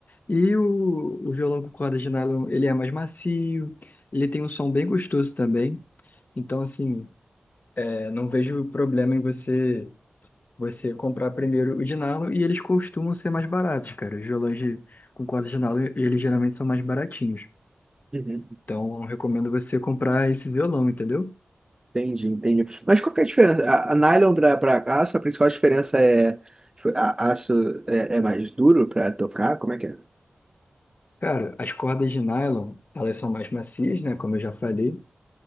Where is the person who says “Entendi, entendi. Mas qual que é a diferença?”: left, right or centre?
Right